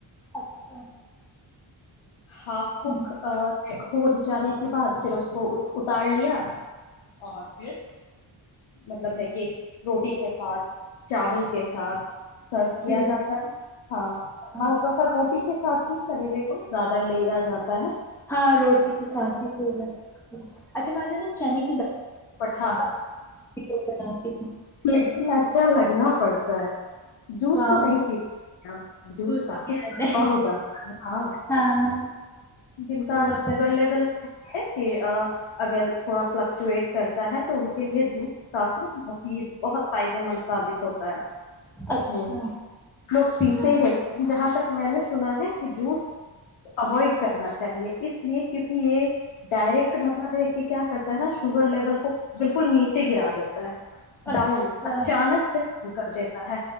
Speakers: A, in the centre; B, on the left.
A: اچھا
B: ہاف
A: ہوں
B: کک ہو جانے کے بعد پھر اس کو اتار لیا اور پھر مطلب ہے کہ روٹی کے ساتھ چاول کے ساتھ سرو کیا
A: جی
B: جاتا ہے ہاں
A: ہاں
B: بعض دفعہ روٹی کے ساتھ ہی یہ بات پھر اس کو اتار لیا اور پھر مطلب ہے کہ روٹی کے ساتھ چاول کے ساتھ
A: ہاں روٹی کے ساتات اچھا م ج ن چنی
B: ٹا
A: لوگ بناتی ہے
B: لیکن اچھا لگنا پڑتا <inaudible> جوس
A: ہاں
B: تو نہیں پیتے جوس
A: تو
B: کافیا
A: کہتے ہیں
B: ہو جاتا ہے ہاں
A: ہاں
B: جن کا
A: وہ
B: شوگر
A: تو ہے
B: لیول کہ اگر تھوڑا فلکچویٹ کرتا ہے تو ان کے لیے جوس کافی مفید بہت فائدے مند ثابت ہوتا ہے
A: اچھا
B: ہ لوگ پیتے
A: ہاں
B: ہیں لیکن جہاں تک میں نے سنا ہے کہ جوس اوائڈ کرنا چاہیے اس لیے کیونکہ یہ ڈائریکٹ مطلب ہے کہ کیا کرتا ہے نا شوگر بالکل بالکل نیچے گرا دیتا ہے ڈاؤن
A: اچھا
B: اچانک سے ڈاؤن کر دیتا ہے